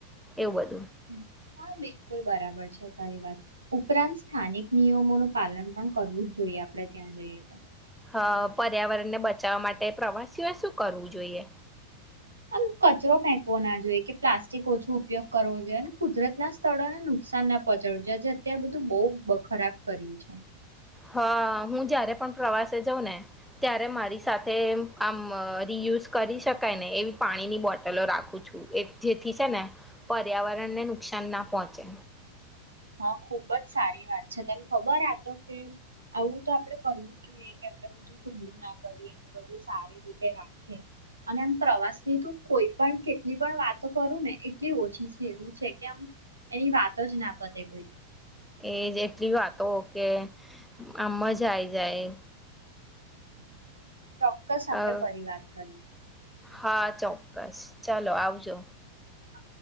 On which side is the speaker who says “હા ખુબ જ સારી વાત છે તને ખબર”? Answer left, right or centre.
Right